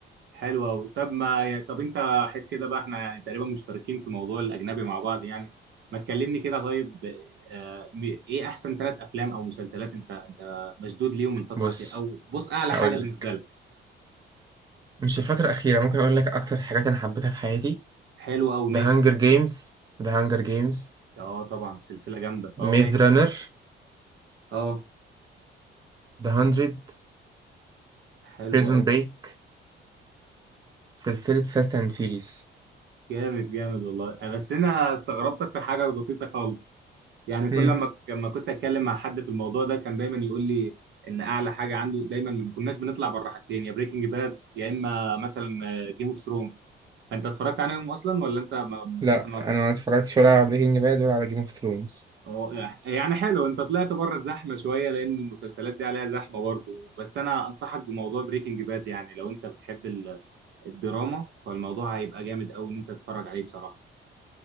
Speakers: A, on the right; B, on the right.
A: حلو قوي طب ما طب انت حس كده بقى احنا يعني تقريبا مشتركين في موضوع الاجنبي مع بعض يعني ما تكلمني كده طيب آه، م- ايه احسن ثلاث افلام او مسلسلات انت انت مشدود ليهم الفتره
B: بص
A: الاخيره او بص اعلى
B: هقول
A: حاجه بالنسبه
B: لك
A: لك
B: مش الفترة الأخيرة ممكن أقول لك أكتر حاجات أنا حبيتها في حياتي
A: حلو قوي ماشي
B: The Hunger Games The Hunger Games
A: اه طبعا سلسله جامده
B: Maze
A: اه ماشي
B: Runner
A: اه
B: The Hundred
A: حلو
B: Prison
A: قوي
B: Break سلسلة Fast and Furious
A: جامد جامد والله آه، بس انا استغربتك في حاجه بسيطه خالص يعني كل
B: مم.
A: لما لما كنت اتكلم مع حد في الموضوع ده كان دايما يقول لي ان اعلى حاجه عنده دايما ما كناش بنطلع بره حاجتين يا بريكنج باد يا اما مثلا جيم اوف ثرونز فانت اتفرجت عليهم اصلا ولا انت ما
B: لا
A: لسه ما
B: أنا ما اتفرجتش ولا على بريكنج باد ولا على جيم اوف ثرونز
A: هو- يعني يعني حلو انت طلعت بره الزحمه شويه لان المسلسلات دي عليها زحمه برضه بس انا انصحك بموضوع بريكنج باد يعني لو انت بتحب ال- الدراما فالموضوع هيبقى جامد قوي ان انت تتفرج عليه بصراحه